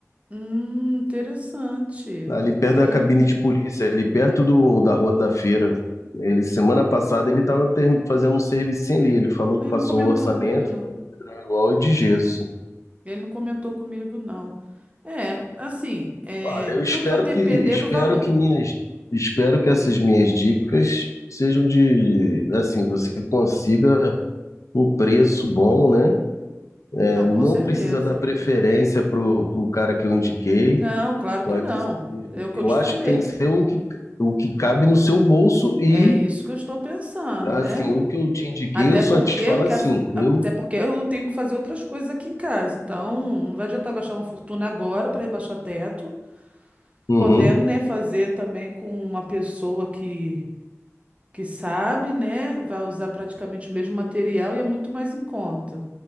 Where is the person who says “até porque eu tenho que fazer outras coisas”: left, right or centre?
Right